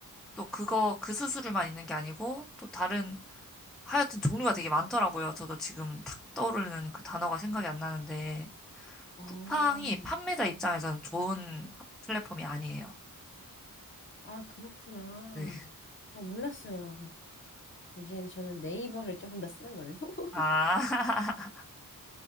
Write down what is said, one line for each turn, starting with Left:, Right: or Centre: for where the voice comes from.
Centre: 또 그거 그 수수료만 있는 게 아니고 또 다른 하여튼 종류가 되게 많더라고요. 저도 지금 탁 떠오르는 그 단어가 생각이 안 나는데
Left: 어,
Centre: 쿠팡이 판매자 입장에서는 좋은 플랫폼이 아니에요.
Left: 아, 그렇구나.
Centre: 네.
Left: 어, 몰랐어요. 이제 저는 네이버를 조금 더 쓰는 걸로. <laughs>
Centre: 아, <laughs>